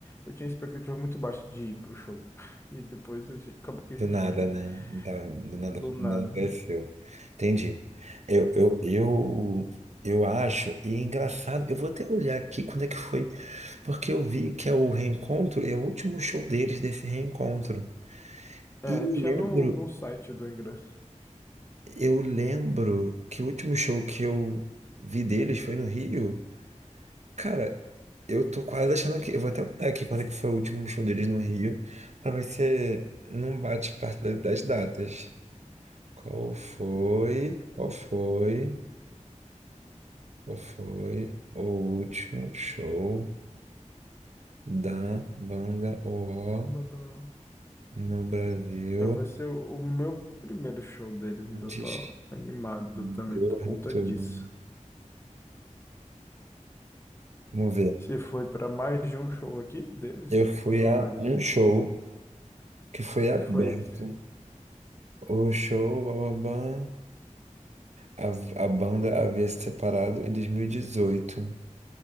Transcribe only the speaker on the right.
Do
nada,
né? Da- Do nada,
do
nada apareceu. Entendi. Eu, eu, eu, eu acho, e é engraçado, eu vou até olhar aqui quando é que foi, porque eu vi que é o reencontro, é o último show deles desse reencontro.
E lembro,
eu lembro que o último show que eu vi deles foi no Rio. Cara, eu tô quase achando que. Eu vou até olhar aqui quando é que foi o último show deles no Rio, pra ver se não bate perto da- das datas. Qual foi? Qual foi? Qual foi o último show da banda O O
no Brasil
antes
do
retorno?
Vamos ver.
Eu fui
a
um show que foi aberto.
O show, bababá. A, a banda havia se separado em 2018.